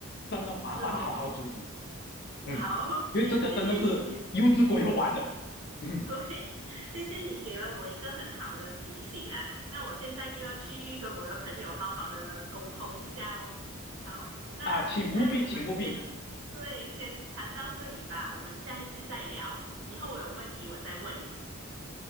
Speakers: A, on the left; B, on the right.
A: 真的麻烦好好阻止，
B: 是哦。
A: 嗯，
B: 好，<laughs>
A: 因为这个真的是幼稚鬼会玩的，
B: 谢谢你。
A: 嗯
B: 对，<laughs> 谢谢你给了我一个很好的提醒啊，那我现在就要去跟我的朋友好好的沟通一下喽。好，那现在我们先，
A: 啊，请务必，请务必
B: 对，先谈到这里吧，我们下一次再聊，以后我有问题我再问你。